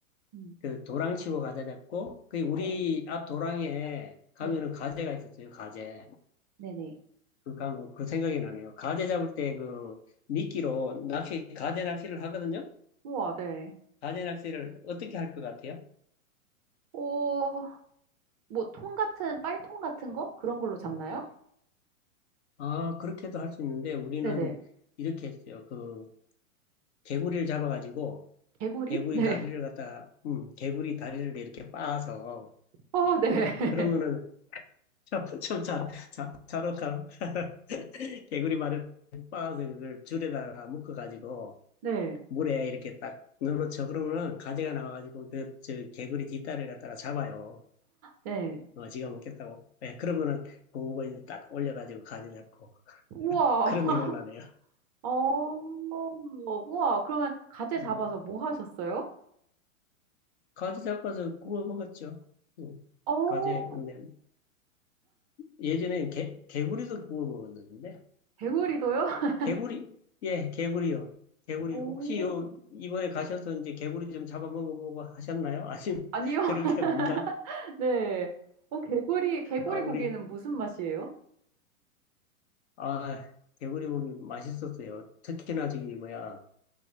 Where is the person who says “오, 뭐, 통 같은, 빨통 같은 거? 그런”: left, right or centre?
Right